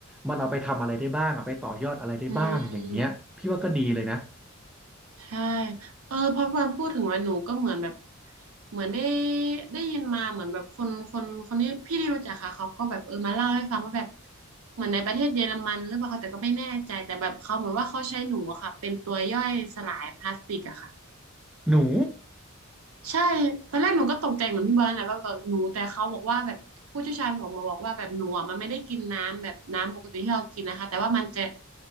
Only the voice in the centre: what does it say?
มันเอาไปทำอะไรได้บ้างเอาไปต่อยอดอะไรได้บ้างอย่างเงี้ยพี่ว่าก็ดีเลยนะ
หนู